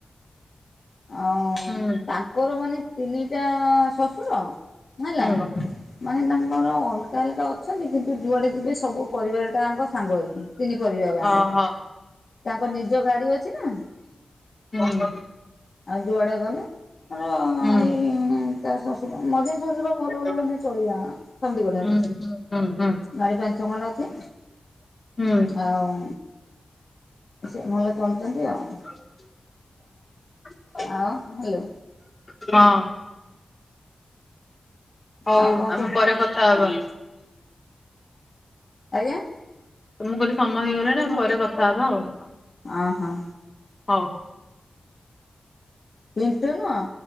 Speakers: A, on the left (about 50°); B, on the left (about 30°).
A: ଅଁ
B: ହୁଁ
A: ତାଙ୍କର ମାନେ ତିନିଟା ଶଶୁର ହେଲା।
B: ହୁଁ
A: ମାନେ ତାଙ୍କର ଅଲଗା ଅଲଗା ଅଛନ୍ତି କିନ୍ତୁ ଯୁଆଡ଼େ ଯିବେ ସବୁ ପରିବାର ତାଙ୍କ ସାଙ୍ଗ ହେଇକି ତିନି ପରିବାର ଇଙ୍କ
B: ଓହୋ
A: ତାଙ୍କ ନିଜ ଗାଡ଼ି ଅଛି ନା।
B: ହୁଁ।
A: ଆଉ ଯୁଆଡ଼େ ଗଲେ ଧର
B: ହୁଁ
A: ଏଇ ତା ଶଶୁ ଉର ମଝିଆଁ ଶଶୁର ଭଲ
B: ହୁଁ
A: ମାନେ ଚଳିବା ସମିତିକ ଠାରୁ।
B: ହୁଁ ହୁଁ ହୁଁ
A: ଗାଡ଼ି ପାଞ୍ଚ ଛ ଖଣ୍ଡ ଅଛି
B: ହୁଁ
A: ଆଉ ସେ ଭଲ ଚଳୁଛନ୍ତି ଆଉ।
B: <inaudible>
A: ଆଉ ଭଲ?
B: ହଁ। ହୋଉ
A: ଆଉ କଣ କୁହ
B: ଆମେ ପରେ କଥା ହବା।
A: ଆଜ୍ଞା?
B: ତ ମୁଁ କହିଲି ସମୟ ହେଇଗଲାଣି ଆମେ ପରେ କଥା ହବା ଆଉ।
A: ଅ ହ‌।
B: ହୋଉ।
A: ରିଣ୍ଟୁ ନୁଅଁ।